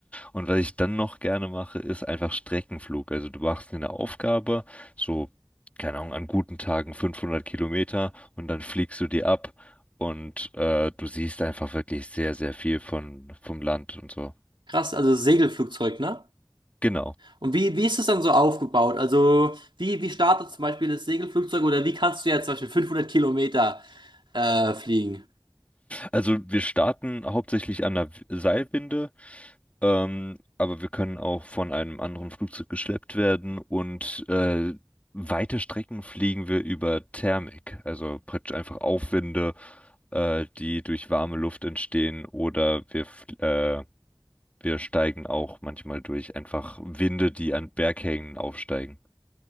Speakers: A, on the left; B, on the right.
A: Und was ich dann noch gerne mache, ist einfach Streckenflug. Also du machst dir eine Aufgabe, so, keine Ahnung, an guten Tagen 500 Kilometer und dann fliegst du die ab und äh, du siehst einfach wirklich sehr, sehr viel von, vom Land und so.
B: Krass, also Segelflugzeug, ne?
A: Genau.
B: Und wie, wie ist es dann so aufgebaut? Also, wie, wie startet zum Beispiel das Segelflugzeug oder wie kannst du jetzt zum Beispiel 500 Kilometer äh, fliegen?
A: Also wir starten hauptsächlich an der W- Seilwinde, ähm, aber wir können auch von einem anderen Flugzeug geschleppt werden und äh, weite Strecken fliegen wir über Thermik, also praktisch einfach Aufwinde, äh, die durch warme Luft entstehen oder wir, fl- äh, wir steigen auch manchmal durch einfach Winde, die an Berghängen aufsteigen.